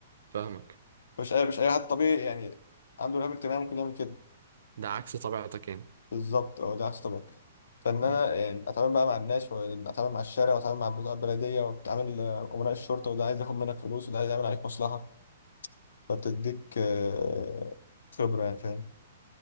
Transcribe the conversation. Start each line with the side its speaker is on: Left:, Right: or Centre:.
Right: فاهمك
Left: مش اي مش اي حد طبيعي يعني عنده رهاب اجتماعي ممكن يعمل كده
Right: ده عكس طبيعتك يعني
Left: بالظبط اه ده احسن طبعا فان انا
Right: مم.
Left: يعني اتعامل بقى مع الناس واتعامل مع الشارع واتعامل مع البضاعه البلديه واتعامل آه، امناء الشرطه وده عايز ياخد منك فلوس وده عايز يعمل عليك مصلحه فبتديك آه، خبره يعني فاهم